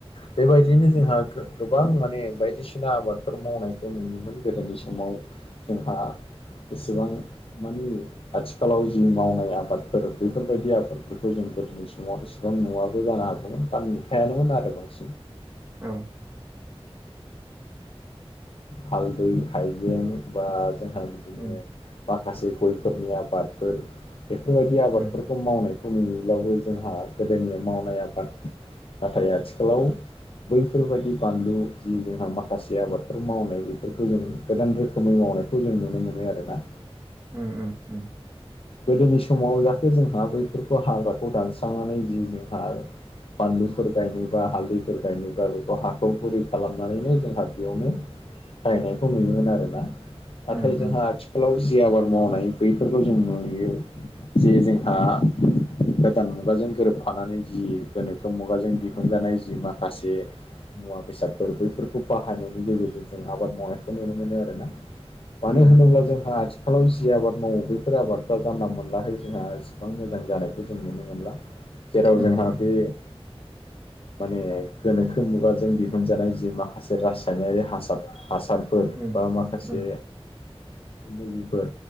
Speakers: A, on the left; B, on the right.
A: बेबायदियैनो जोंहा गोबां माने बायदिसिना आबाद फोर मावनायखौ नुयोमोन गोदोनि समाव जोंहा एसेबां मानि आथिखालाव जि मावनाय आबादफोर बेफोरबायदि आबादफोरखौ जों गोदोनि समाव एसेबां नुवाबो जानो हागौमोन बान नुखायानोमोन आरो बांसिन।
B: ओं
A: हालदै हाइजें बा जोंहा बिदिनो
B: उम
A: माखासे गयफोरनि आबादफोर बेफोरबायदि आबादफोर
B: उम
A: खौ मावनायखौ नुयोब्लाबो जोंहा गोदोनि मावनाय आबाद नाथाय आथिखालाव बैफोरबायदि बानलु जि जोंहा माखासे आबादफोर मावनाय बेफोरखौ जों गोदान रोखोमै मावनायखौ जों नुनो मोनो आरोना।
B: उम उम उम
A: गोदोनि समाव जाहाथे जोंहा बैफोरखौ हाग्राखौ दानस्रांनानै जि जोंहा बानलुफोर गायनोबा हालदैफोर गायनोबा बेखौ हाखौ बुरै खालामनानैनो जोंहा बेयावनो बाहायनायखौ नुयोमोन आर ना नाथाय
B: उम
A: जोंहा
B: उम
A: आथिखालाव जि आबाद मावनाय बैफोरखौ जों नु यो जे जोंहा गोदान मुगाजों गोरोबफानानै जि गोनोखो मुगाजों दिहुनजानाय जि माखासे मुवा बेसादफोर बैफोरखौ बाहायनायनि गेजेरजों जों आबाद मावनायखौ नुनो मोनो आरो ना। मानो
B: उम
A: होनोब्ला जोंहा आथिखालाव जि आबाद मावो बैफोर आबाद फ्रा जानला मोनलाहै जोंहा इसेबां मोजां जानायखौ जों नुनो मोनला जेराव
B: उम
A: जोंहा
B: उम
A: बे <inaudible> माने गोनोखो मुगाजों दिहुनजानाय जि माखासे रासायनारि हासार हासार फोर
B: औ उम
A: बा माखासे
B: औ
A: मुलिफोर